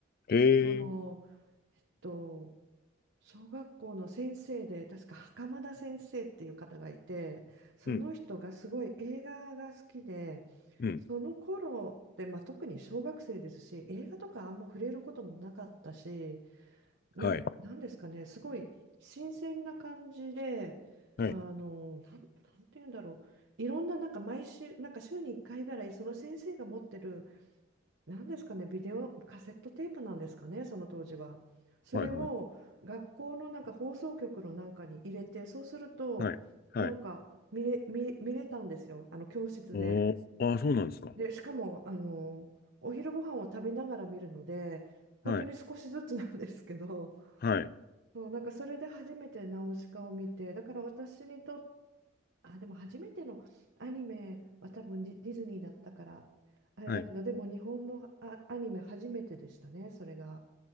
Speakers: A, on the left; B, on the right.
A: へえ、
B: そのえっと小学校の先生で確か袴田先生っていう方がいてその人がすごい映画が好きで
A: うん、うん。
B: その頃って、まあ、特に小学生ですし映画とかあんま触れることもなかったしな、
A: はい、
B: なんですかねすごい新鮮な感じであのなん、
A: はい、
B: なんて言うんだろういろんななんか毎週なんか週に1回ぐらいその先生が持ってる何ですかね、ビデオ、カセットテープなんですかね、その当時は。それを学校のなんか放送局のなんかに入れて、
A: はい、はい、
B: そうすると、
A: はい、はい。
B: なんか見れ、見、見れたんですよ、あの教室で。
A: おー、ああ、そうなんですか。
B: で、しかも、あの、お昼ご飯を食べながら見るので、本当に少しずつなんですけど、
A: はい、はい、
B: そう、なんかそれで初めてナウシカを見て、だから私にとっあ、でも初めてのアニメは多分ディ、ディズニーだったから、あれだけど、
A: はい。
B: でも日本のあアニメ初めてでしたね、それが。